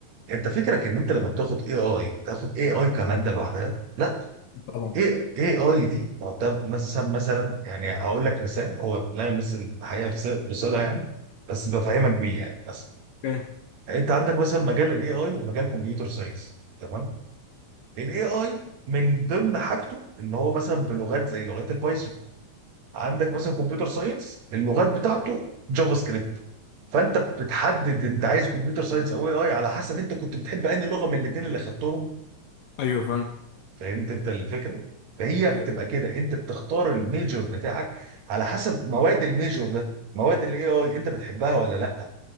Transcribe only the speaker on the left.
طبعا
اوكي
ايوه فاهم
ايوه